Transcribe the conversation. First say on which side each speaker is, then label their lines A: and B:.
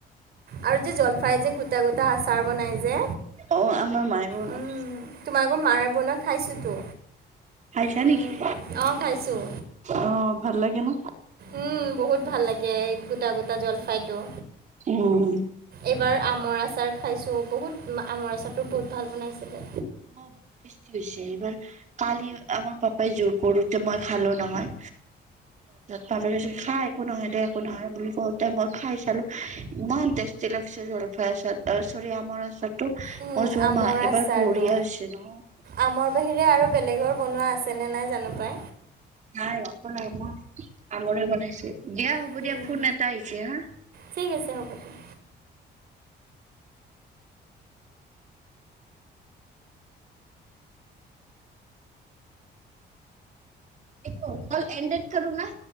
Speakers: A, on the right; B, on the right.
A: আৰু যে জলফাই যে গু গোটা গোটা আচাৰ বনাই যে
B: অ আমাৰ মায়ে বনাই
A: উম, তোমালোকৰ মায়ে বনোৱা খাইছোঁতো
B: খাইছা
A: উম,
B: নেকি
A: অঁ খাইছোঁ
B: অ ভাল লাগে ন
A: উম বহুত ভাল লাগে গোটা গোটা জলফাইতটো
B: উম
A: এইবাৰ আমৰ আচাৰ খাইছোঁ বহুত আমৰ আচাৰটো বহুত ভাল বনাইছিলে?
B: বম টেষ্টি হৈছে এইবাৰ কালি আমাৰ পাপাই জোৰ কৰোতে মই খালো নহয়। তাৰপিছত খাই একো নহ দে একো নহয় বুলি কওঁতে মই খাই চালো ইমান টেষ্টি লাগিছে জলফাই আচাটো অ চৰি আমাৰ আচাৰটো
A: উম,
B: অ চুৰমা
A: আমৰ
B: এবাৰ
A: আচাৰটো
B: বঢ়িয়া হৈছে ন?
A: আমৰ বাহিৰে আৰু বেলেগৰ বনোৱা আছেনে নাই জানো পাই।
B: নাই <unintelligible> অকল আমৰে বনাইছে। দিয়া হ'ব
A: পাই
B: দিয়া, ফোন এটা আহিছে হা।
A: ঠিক আছে হ'ব দিয়া।
B: এইটো কল এনডেট কৰো না।